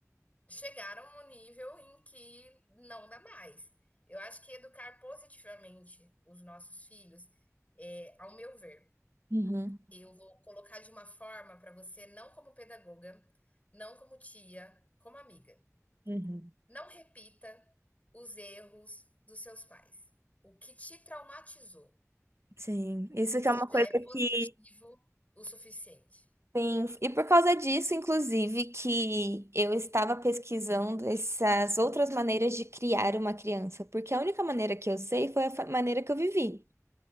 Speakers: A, on the left; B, on the right.
A: chegaram a um nível em que não dá mais. Eu acho que educar positivamente os nossos filhos, é, ao meu ver
B: Uhum.
A: eu vou colocar de uma forma para você, não como pedagoga, não como tia, como amiga.
B: Uhum.
A: Não repita os erros dos seus pais. O que te traumatizou.
B: Sim. Isso
A: Isso
B: que é uma coisa
A: já é positivo
B: que
A: o suficiente.
B: tem. E por causa disso, inclusive, que eu estava pesquisando essas outras maneiras de criar uma criança. Porque a única maneira que eu sei foi a fa- maneira que eu vivi.